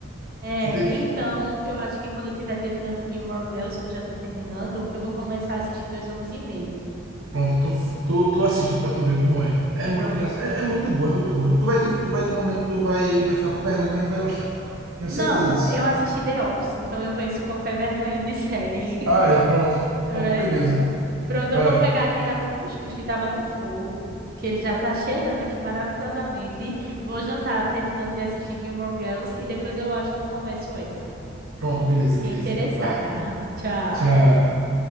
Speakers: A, on the right; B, on the right.
A: É,
B: Você tem que.
A: então, eu acho que quando eu estiver terminando Gilmore Girls, que eu já estou terminando, eu vou começar a assistir Dois Homens e Meio.
B: Pronto, tu, tu, tu assiste pra tu ver como é. É muito
A: Pronto.
B: engraçado. É, é muito boa, é muito boa. Tu vai ter, tu vai ter momento que tu vai, vai ficar com vergonha, mas tu vai gostar. Tenho
A: Não,
B: certeza disso.
A: eu assisti The Office, então eu venço qualquer <laughs> vergonha de série.
B: Ah, é, pronto.
A: É
B: Pronto,
A: verdade.
B: beleza.
A: Pronto,
B: Vai.
A: eu vou pegar, tirar meu cuscuz que estava no fogo, que ele já tá cheirando aqui maravilhosamente. Vou jantar, terminando de assistir Gilmore Girls, e depois eu acho que eu começo essa.
B: Pronto, beleza,
A: Fiquei
B: beleza.
A: interessada.
B: Vai.
A: <laughs> Tchau.
B: Tchau.